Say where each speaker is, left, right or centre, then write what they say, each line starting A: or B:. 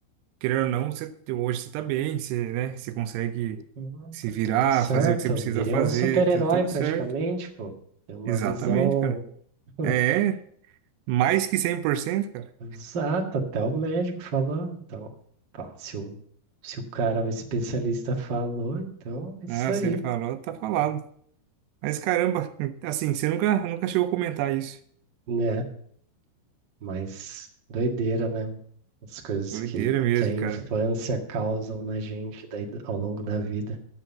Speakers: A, on the right; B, on the right.
A: querendo ou não, você, hoje você tá bem, você, né? Você consegue
B: Não,
A: se
B: tá
A: virar,
B: tudo certo.
A: fazer o que você precisa
B: Eu virei
A: fazer,
B: um super-herói
A: tá tudo
B: praticamente,
A: certo.
B: pô. Tem uma
A: Exatamente,
B: visão
A: cara.
B: <laughs>
A: É, mais que 100% cara.
B: exata, até o médico falou. Então, pá, se o, se o cara, o especialista falou, então é isso
A: Ah,
B: aí.
A: se ele falou, tá falado. Mas, caramba, assim, você nunca, nunca chegou a comentar isso.
B: Né? Mas doideira, né? As coisas
A: Doideira
B: que,
A: mesmo,
B: que a infância
A: cara.
B: causam na gente daí do- ao longo da vida.